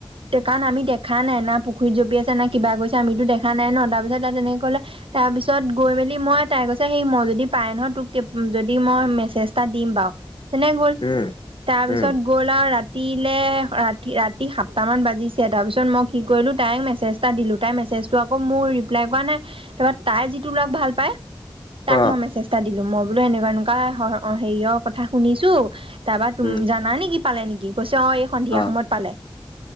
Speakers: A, on the right; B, on the left.
A: সেই কাৰণ আমি দেখা নাই না পুখুৰীত জপিয়াই আছে না কিবা গৈছে। আমিতো দেখা নাই ন তাৰ পিছত তাই তেনেকলে তাৰ পিছত গৈ মেলি মই তাই কৈছে সেই মই যদি পাই নহ য মই মে দিম বাৰ তেনে গ'ল
B: উম
A: তাৰপিছত
B: উম
A: গ'ল আৰু ৰাতিলে ৰা ৰাতি সাতটা মান বাজিছে তাৰপিছত মই কি কৰিলো তাই মেছেজটা দিলো তাইৰ মেছেজটো আকৌ মোৰ ৰিপ্লাই তেনেকুৱা নাই তাপা তাই যিটো লৰাক ভাল পায় তাক
B: অ
A: মই মেছেজটা দিলো মই বোলো এনেকুৱা এনেকুৱা হেৰিয়ৰ কথা শুনিছো তাৰপা ত
B: উম
A: জানা নেকি পালে নেকি কৈছে অ এই সন্ধিয়া
B: অ
A: সময়ত পালে